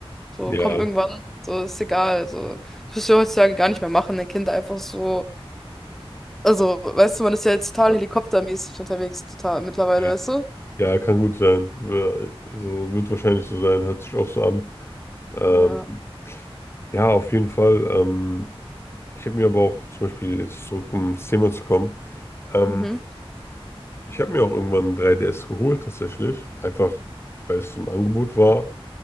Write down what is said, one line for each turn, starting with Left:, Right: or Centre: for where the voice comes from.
Centre: So,
Left: ja,
Centre: komm irgendwann. So, ist egal. So, das wirst du ja heutzutage gar nicht mehr machen, ein Kind einfach so. Also, weißt du, man ist ja jetzt total
Left: ja,
Centre: helikoptermäßig unterwegs, total mittlerweile,
Left: ja.
Centre: weißt du?
Left: Ja, kann gut sein. Äh, So wird wahrscheinlich so sein, hört sich auch so an. Ähm,
Centre: Ja.
Left: ja, auf jeden Fall. Ähm, Ich habe mir aber auch zum Beispiel jetzt zurück, um ins Thema zu kommen, ähm,
Centre: Mhm.
Left: ich habe mir auch irgendwann ein 3DS geholt tatsächlich, einfach weil es im Angebot war